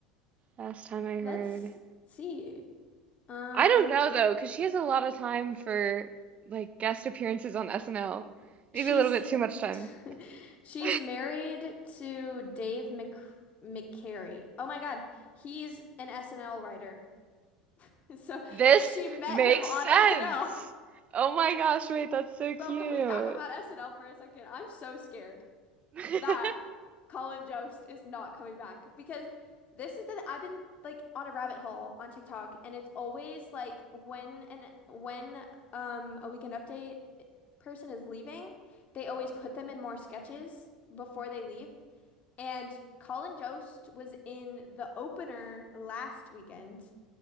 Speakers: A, on the right; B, on the left.
A: last time I
B: let's
A: heard.
B: see. Um,
A: I don't know though, 'cause she has a lot of time for like guest appearances on SNL.
B: She's
A: Maybe a little bit too much
B: <laughs>
A: time. <laughs>
B: she's married to Dave Mc McCary. Oh my God, he's an SNL writer. <laughs> So
A: This
B: she met
A: makes
B: him on
A: sense.
B: SNL.
A: Oh my gosh, wait, that's so cute.
B: Bro, can we talk about SNL for a second? I'm so scared
A: <laughs>
B: that Colin Jost is not coming back because this is the I've been like on a rabbit hole on TikTok and it's always like when and when um a weekend update person is leaving, they always put them in more sketches before they leave. And Colin Jost was in the opener last weekend